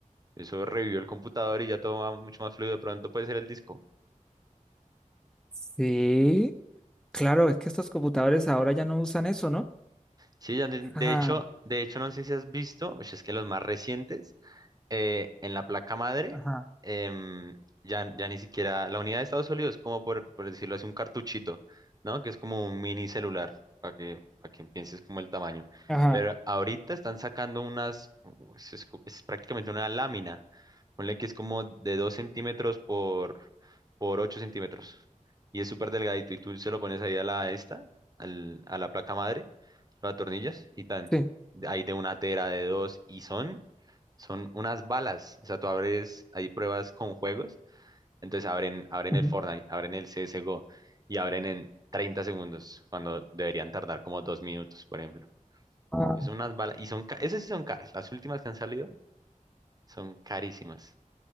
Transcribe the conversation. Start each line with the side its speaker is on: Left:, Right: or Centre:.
Right: eso revivió el computador y ya todo va mucho más fluido. De pronto puede ser el disco.
Centre: Sí, claro, es que estos computadores ahora ya no usan eso, ¿no?
Right: Sí, ya de, de
Centre: Ajá,
Right: hecho, de hecho, no sé si has visto, pues es que los más recientes, eh, en la placa madre,
Centre: ajá,
Right: em, ya, ya ni siquiera, la unidad de estado sólido es como, por, por decirlo así, un cartuchito, ¿no? Que es como un mini celular, para que, para que pienses como el tamaño.
Centre: ajá,
Right: Pero ahorita están sacando unas, u- es, es co- es prácticamente una lámina Ponle que es como de 2 centímetros por, por 8 centímetros. Y es súper delgadito. Y tú se lo pones ahí a la esta, al- a la placa madre, lo atornillas y tan.
Centre: sí.
Right: de- Hay de una tera, de dos, y son, son unas balas. O sea, tú abres, hay pruebas con juegos. Entonces abren, abren
Centre: ujú.
Right: el Fortnite, abren el CSGO y abren en 30 segundos, cuando deberían tardar como dos minutos, por ejemplo.
Centre: Ah,
Right: Es unas balas. Y son, ca- esas sí son caras. Las últimas que han salido son carísimas.